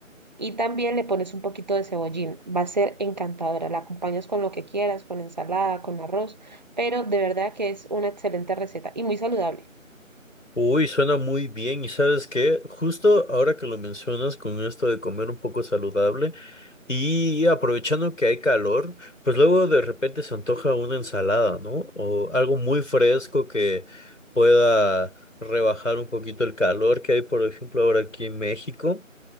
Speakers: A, on the right (about 30°); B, on the left (about 65°).
A: y también le pones un poquito de cebollín. Va a ser encantadora. La acompañas con lo que quieras, con ensalada, con arroz, pero de verdad que es una excelente receta y muy saludable.
B: Uy, suena muy bien. ¿Y sabes qué? Justo ahora que lo mencionas con esto de comer un poco saludable y aprovechando que hay calor, pues luego de repente se antoja una ensalada, ¿no? O algo muy fresco que pueda rebajar un poquito el calor que hay, por ejemplo, ahora aquí en México.